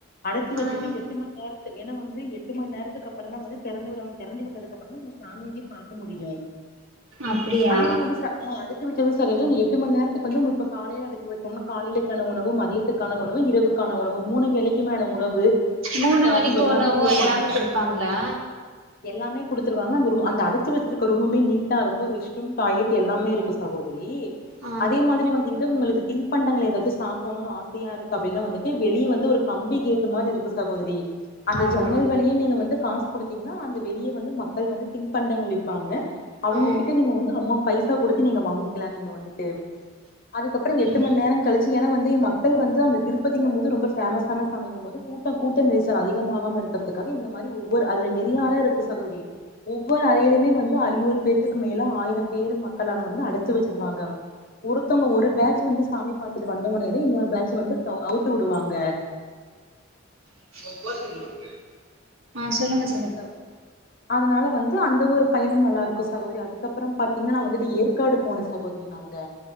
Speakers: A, on the left; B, on the right.
A: அடச்சி வெச்சுட்டு
B: ஆ
A: எட்டு மண் நேரத்து ஏனா வந்து எட்டு மண் நேரத்துக்கு அப்புறந்தா வந்து தெறந்து விடாம தெறந்து விட்டதுக்கப்புறந்தா நம்ம சாமியவே பாக்க முடியு.
B: அப்டியா
A: அதே மாரி சா உ அடச்சு வெச்சத சொன்னீகள் நீ எட்டு மண் நேரத்துக்கு வந்து உங்குள் இப்ப காலைல அடச்சு வெச்சாங்னா காலைலிக்கான உணவு மதியத் துக்கான உணவு இரவுக்கான உணவு மூணு வேலைக்குமான உணவு டீ
B: மூணு
A: காஃபி
B: வேலைக்கு
A: எல்லாமே
B: உணவு
A: எங்களுக்கு குடுத்துருவாங்க
B: எல்லாமே குடுப்பாங்ளா?
A: எல்லாமே குடுத்துருவாங்க அந்த ரு அடைச்சு வெச்சிருக்க ரூமுமே நீட்டா இருக்கு ரெஸ்ட்டூம் டாய்லெட் எல்லாமே இருக்கு ஸ் சகோதரி
B: ஆ
A: அதே மாரி வந்து இது உங்குளுக்கு தின்பண்டங்கள் எதாச்சு சாப்புணுனு ஆச சையா இருக்கு அப்டின்னா வந்துட்டு வெளிய வந்து ஒரு கம்பி கேட்டு மாரி இருக்கு சகோதரி அந்த
B: ஆமா
A: ஜன்னல் வழியா நீங்க வந்து காசு குடுத்தீங்கன்னா அந்த வெளிய வந்து மக்கள் வந்து தின்பண்டங்கள் விப்பாங்க. அவுங்க
B: ஆ
A: கிட்ட நீங்க வந்து அமௌ பைசா குடுத்து நீங்க வாங்கி க்லா நீங்க வந்துட்டு அதுக்கப்புறோ எட்டு
B: ம்
A: மண் நேரோ கழிச்சு ஏனா வந்து ம க்கள் வந்து அந்த திருப்பதிங்கும் போது ரொம்ப ஃபேமஸ்சான சாமிங்கம் போது கூட்டோ கூட்ட நெரிசல் அதிகமாகாம இரு க்கர்த்துக்காக இந்த மாரி ஒவ்வொரு அதுல நெறியா அற இருக்கு சகோதரி. ஒவ்வொரு அறையிலயுமே வந்து ஐநூறு பேத்துக்கு மேல ஆயிரம் பேரு மக்களான வந்து அடைச்சு வச்சிருவாங்க ஒருத்தவங்க ஒரு பேட்ச் வந்து சாமி பாத்துட்டு வந்தோனே ஏத இன்னொரு பேட்ச வந்து அவு அவுத்து விடுவாங்க
B: <unintelligible> ஆ சொல்லுங்க ஸ்
A: தாங்க அதனால வந்து அந்த ஒரு பயணும் நல்லா இருக்கு சகோதரி அதுக்கப்புறம் பாத்தீங்கன்னா நா வந்துட்டு ஏற்காடு போனே சகோதரி அங்க